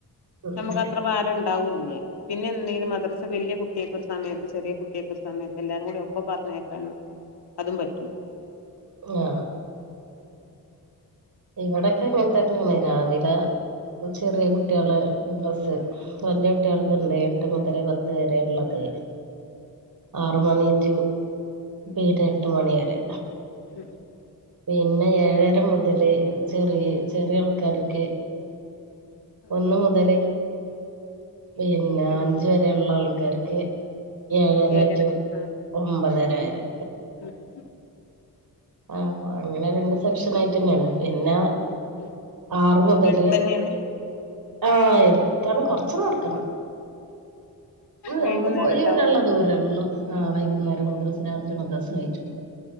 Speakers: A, on the right (about 60°); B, on the left (about 85°).
A: ഉം
B: നമുക്കത്ര ഭാര ഇണ്ടാവൂല്ല്യ പിന്നെ എന്തേനു മദർസ് വല്ല്യ കുട്ടിയക്ക് ഒരു സമയത്ത് ചെറിയ കുട്ടിയേക്ക് ഒരു സമയത്ത് എല്ലാരും കൂടി ഒപ്പം പറഞ്ഞേക്കാനും അതും പറ്റൂല
A: ങ്ങാ ഇവടെക്കെ അങ്ങനെത്തന്നെയാണ് രാവിലെ ചെറിയ
B: ഉം
A: കുട്ടികളെ മദ്രസ്സ് വല്ല്യ കുട്ടിയൾത്ണ്ട് എട്ട് മുതല് പത്ത് വരെ ഇള്ളത് ആറ് മണി റ്റു വൈകിട്ട് എട്ട് മണി വരെ
B: ഉം
A: പിന്നെ ഏഴര മുതല്. ചെറിയ ചെറിയ ആൾക്കാർക്ക്.
B: ഉം
A: ഒന്ന്
B: ഉം
A: മുതല് പിന്നെ
B: വരില്ല
A: അഞ്ചു വരെ ഉള്ള ആൾക്കാർക്ക് ഏഴര-
B: ഏഴരക്ക്
A: റ്റു
B: ആ
A: ഒമ്പതര വരെ.
B: <inaudible>
A: ആ, അങ്ങനെ രണ്ട് സെക്ഷൻ ആയിട്ട് തന്നെയാണ് പിന്നെ
B: ഉം
A: ആറു മുതല്.
B: എടുത്തന്നെയാണ്
A: ആ, എത്ര കൊറച്ച് നടക്കണം.
B: വൈകുന്നേരം
A: നമുക്ക് പോയി
B: ഉണ്ടാവൂലേ
A: വരാനുള്ള ദൂരേ ഉള്ളൂ. അ, വൈകുന്നേരം മദ്രസ, രാത്രി മദ്രസ വായിച്ചു കൊടുക്കാം.